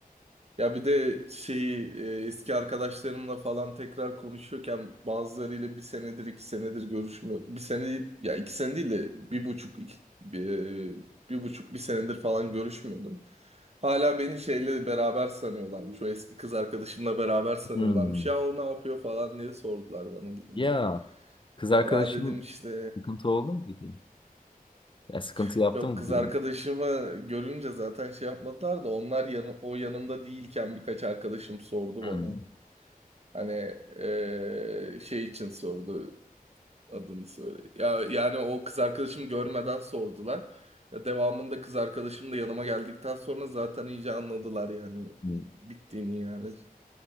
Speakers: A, on the right; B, on the left.
A: Ya bir de şeyi e, eski arkadaşlarımla falan tekrar konuşuyorken bazılarıyla bir senedir iki senedir görüşmüyor. Bir sene değil- ya iki sene değil de bir buçuk iki, bir, e, bir buçuk bir senedir falan görüşmüyordum. Hala beni şeyle beraber sanıyorlarmış. O eski kız arkadaşımla beraber sanıyorlarmış.
B: Hmm.
A: Ya o ne yapıyor falan diye sordular bana gidince.
B: Ya kız arkadaşın
A: Ya dedim işte
B: sıkıntı oldu mu peki? Ya sıkıntı
A: <laughs>
B: yaptı
A: Yok
B: mı
A: kız
B: bu durum?
A: arkadaşımı görünce zaten şey yapmadılar da onlar yanı, o yanımda değilken birkaç arkadaşım sordu
B: Hmm.
A: bana. Hani eee, şey için sordu adını söyle. Ya yani o kız arkadaşımı görmeden sordular. Ya devamında kız arkadaşım da yanıma geldikten sonra zaten iyice anladılar yani
B: Hmm.
A: bittiğini yani.